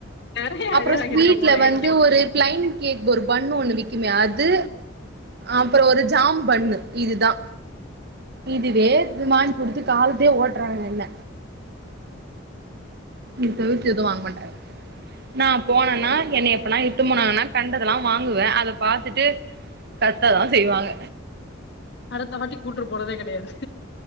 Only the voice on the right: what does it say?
அப்றோ
ஸ்வீட்ல
வந்து ஒரு பிளைன் கேக் ஒரு பன்னு ஒன்னு விக்குமே அது அப்புறோ ஒரு ஜாம் பன்னு இதுதா இதுவேத் வாங்க்குடுத்து காலத்தே ஓட்டுறாங்க என்ன இது தவிர்த்து எதுவு வாங்க மாட்டாங்க நா போனேனா என்னய எப்பனா இட்டு போனாங்கனா கண்டதெல்லா வாங்குவே அத பாத்துட்டு கத்ததா செய்வாங்க